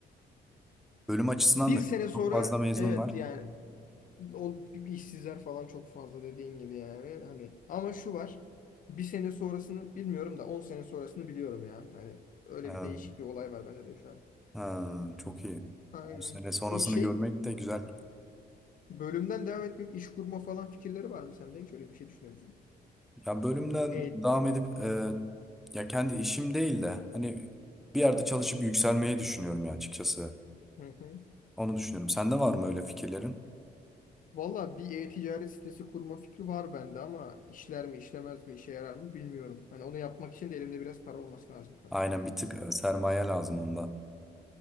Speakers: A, in the centre; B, on the left (about 50°).
A: bölüm açısından
B: bir
A: da
B: sene
A: çünkü
B: sonra
A: çok fazla mezun
B: evet
A: var.
B: yani O gibi işsizler falan çok fazla dediğin gibi yani. Hani ama şu var. Bir sene sonrasını bilmiyorum da 10 sene sonrasını biliyorum ya. Hani öyle
A: Ee,
B: bir değişik bir olay var bende de şu an.
A: ha, çok iyi.
B: Aynen.
A: 10 sene sonrasını
B: E, şey
A: görmek de güzel.
B: bölümden devam etmek iş kurma falan fikirleri var mı sende? Hiç öyle bir şey düşünüyor musun?
A: Ya bölümden
B: E,
A: devam edip e, ya kendi işim değil de hani bir yerde çalışıp yükselmeyi düşünüyorum ya açıkçası.
B: hı hı.
A: Onu düşünüyorum. Sende var mı öyle fikirlerin?
B: Valla bir e-ticaret sitesi kurma fikri var bende ama işler mi işlemez mi işe yarar mı bilmiyorum. Hani onu yapmak için de elimde biraz para olması lazım tabii.
A: Aynen bir tık e, sermaye lazım onda.